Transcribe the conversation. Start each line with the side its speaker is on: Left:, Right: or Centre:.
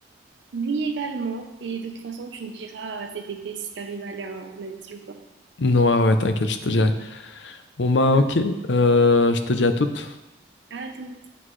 Right: Lui également. Et de toute façon, tu me diras euh, cet été si t'arrives à aller à un à un Asie ou pas.
Left: Non, ouais, ouais, t'inquiète, je te dirai. Bon, bah,
Right: Parfait.
Left: ok. Euh, je te dis à toute
Right: À toutes.